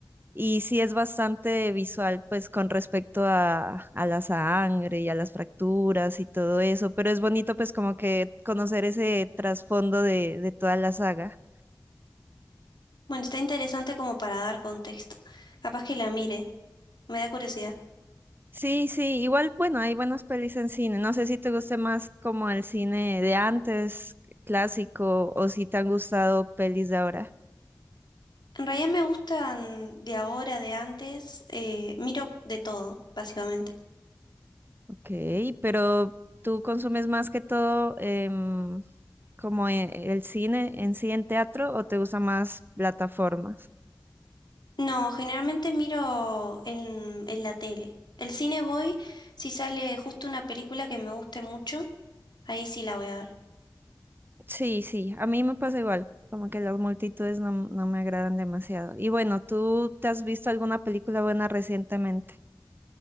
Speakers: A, on the right; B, on the left.
A: y sí es bastante visual pues con respecto a, a la sangre y a las fracturas y todo eso, pero es bonito pues como que conocer ese trasfondo de, de toda la saga.
B: Bueno, está interesante como para dar contexto. Capaz que la mire, me da curiosidad.
A: Sí, sí, igual, bueno, hay buenas pelis en cine. No sé si te guste más como el cine de antes, clásico, o si te han gustado pelis de ahora.
B: En realidad me gustan de ahora, de antes, eh, miro de todo, básicamente.
A: Ok, pero tú consumes más que todo em, como e- el cine en sí en teatro o te gustan más plataformas.
B: No, generalmente miro en, en la tele. El cine voy si sale justo una película que me guste mucho, ahí sí la voy a ver.
A: Sí, sí, a mí me pasa igual, como que las multitudes no, no me agradan demasiado. Y bueno, ¿tú te has visto alguna película buena recientemente?